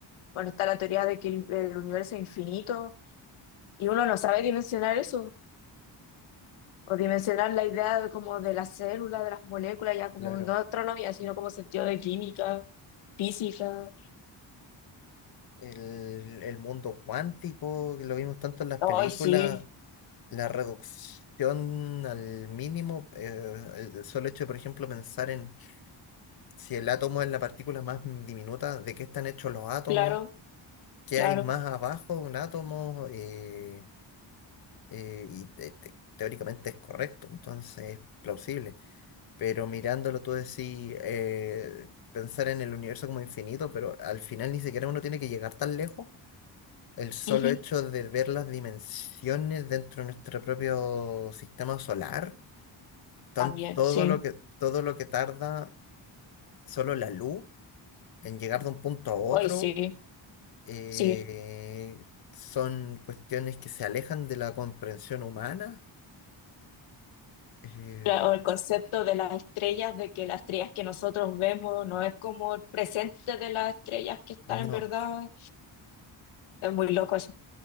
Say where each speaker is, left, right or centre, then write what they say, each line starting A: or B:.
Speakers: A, on the left; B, on the left.
A: bueno, está la teoría de que el el universo es infinito y uno no sabe dimensionar eso. o dimensionar la idea de, como de las células, de las moléculas, ya como
B: claro.
A: no astronomía, sino como sentido de química, física.
B: El, el mundo cuántico, que lo vimos tanto en las
A: Hoy
B: películas,
A: sí,
B: la reducción al mínimo, eh, el solo hecho de, por ejemplo, pensar en si el átomo es la partícula más diminuta, de qué están hechos los átomos,
A: claro,
B: qué
A: claro.
B: hay más abajo de un átomo, eh, eh, y te- te- teóricamente es correcto, entonces es plausible. Pero mirándolo tú decís, eh, pensar en el universo como infinito, pero al final ni siquiera uno tiene que llegar tan lejos El solo
A: Ujú,
B: hecho de ver las dimensiones dentro de nuestro propio sistema solar, tan-
A: También,
B: todo
A: sí.
B: lo que, todo lo que tarda solo la luz en llegar de un punto a otro,
A: Hoy sí,
B: eh,
A: sí.
B: son cuestiones que se alejan de la comprensión humana. Eh,
A: Cla- o el concepto de las estrellas, de que las estrellas que nosotros vemos no es como el presente de las estrellas que están
B: no,
A: en verdad. Es muy loco eso.